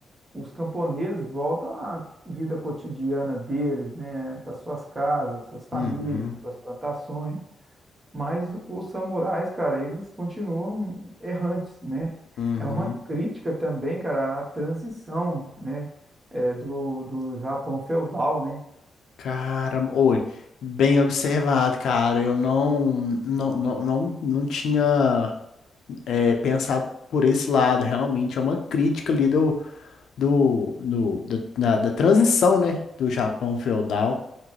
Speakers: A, on the right; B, on the left.
A: os camponeses voltam à vida cotidiana deles, né, para suas casas, suas famílias,
B: uhum,
A: suas plantações, mas os samurais, cara, eles continuam errantes, né?
B: uhum.
A: É uma crítica também, cara, à transição, né, é, do, do Japão feudal, né?
B: Caramba, olha, bem observado, cara. Eu não, não, não, não, não tinha é, pensado por esse lado. Realmente é uma crítica ali do, do, do, da, na- da transição, né, do Japão feudal.